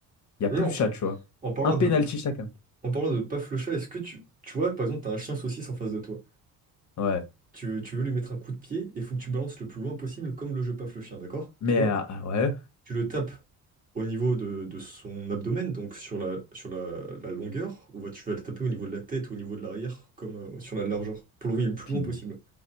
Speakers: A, on the left; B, on the right.
A: Il n'y a
B: D'ailleurs,
A: plus de chat, tu vois.
B: en parlant
A: Un penalty
B: de,
A: chacun.
B: en parlant de paf le chat, est-ce que tu, tu vois, par exemple, t'as un chien saucisse en face de toi.
A: Ouais.
B: Tu veux, tu veux lui mettre un coup de pied et faut que tu balances le plus loin possible, comme le jeu paf le chien, d'accord?
A: Mais
B: Tu vois?
A: euh, ah ouais.
B: Tu le tapes au niveau de, de son abdomen, donc sur la, sur la, la longueur, ou bah, tu vas le taper au niveau de la tête ou au niveau de l'arrière, comme euh, sur la largeur, pour l'envoyer le plus
A: Puis,
B: loin possible.